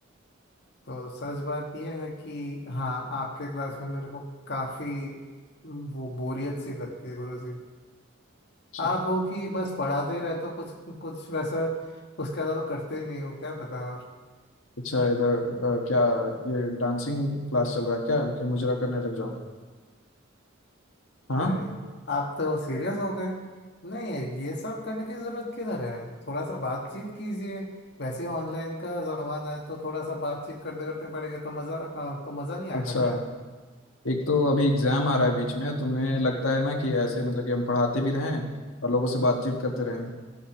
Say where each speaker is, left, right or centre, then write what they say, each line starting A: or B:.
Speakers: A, on the left; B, on the left.
A: तो सच बात ये है कि हाँ आपके क्लास में मेरे को काफी वो बोरियत सी लगती है गुरु जी
B: अच्छा
A: आप हो कि बस पढ़ाते ही रहते हो कुछ कुछ वैसा उसके अलावा करते ही नहीं हो क्या बताएं और
B: अच्छा इधर अ, क्या ये डांसिंग क्लास चल रहा है क्या कि मुजरा करने लग जाओ हाँ
A: अरे आप तो सीरियस हो गए नहीं ये सब करने की जरूरत किधर है थोड़ा सा बातचीत कीजिए वैसे ही ऑनलाइन का जमाना है तो थोड़ा सा बातचीत करते करते पड़ेगा तो मजा आ, तो मजा नहीं आएगा
B: अच्छा
A: क्या
B: एक तो अभी एग्जाम आ रहा है बीच में तुम्हें लगता है ना कि ऐसे मतलब कि हम पढ़ाते भी रहें और लोगों से बातचीत करते रहें